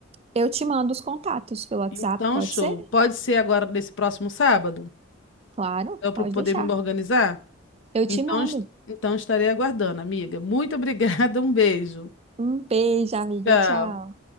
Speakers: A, on the right (about 30°); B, on the left (about 65°).
A: Eu te mando os contatos pelo WhatsApp,
B: Então,
A: pode
B: show.
A: ser?
B: Pode ser agora nesse próximo sábado?
A: Claro,
B: Para eu
A: pode
B: poder
A: deixar.
B: me organizar?
A: Eu
B: Então,
A: te mando.
B: es- então estarei aguardando, amiga. Muito <laughs> obrigada, um beijo.
A: Um beijo, amiga.
B: Tchau.
A: Tchau.